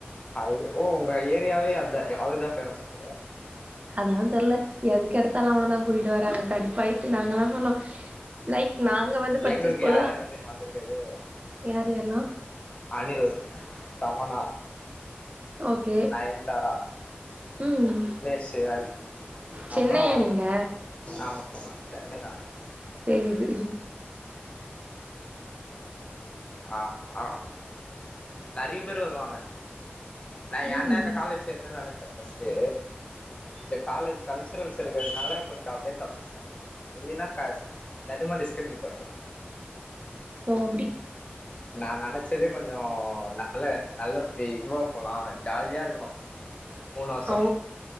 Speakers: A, on the left; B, on the right.
A: அது ஓ உங்க ஏரியாவே அந்த அவர்தா ஃபேமஸ் கூட
B: அதெல்லா தெர்ல எதுக்கு எடுத்தாலும அவன தா கூட்டிட்டு வராங்க கடுப்பாயிட்டு நாங்கலா நோ நோ லைக் நாங்க வந்து படிச்ச
A: எங்களுக்கு
B: ஸ்கூல்ல
A: யார் யாரெல்லா தெரியுமா வந்திருக்குது
B: யார் யாரல்லா
A: அனிருத் தமன்னா
B: ஓகே
A: நயன்தாரா
B: ம்
A: விக்னேஷ் சிவன்
B: சென்னையா
A: அப்புறோ
B: நீங்க
A: ஆமா என்னைக்கா
B: தெரிது
A: ஆ ஆ நெறைய பேர் வருவாங்க நா
B: ம்
A: ஏன்டா இந்த காலேஜ் சேர்ந்தே நெனச்சே ஃபர்ஸ்ட்டு இந்த காலேஜ் கல்ச்சுரல்ஸ் இருக்கிறதுனால கொஞ் அப்டியே தப்பிச்ட்டே இல்லினா க நெஜமா டிஸ்க் கண்டினியூ பண்றோ
B: ஓ அப்டி
A: நா நெனச்சதே கொஞ்சோ நல்ல நல்ல இதுவா போலா ஜாலியா இருக்கணு மூணு வர்ஷோ
B: ஓ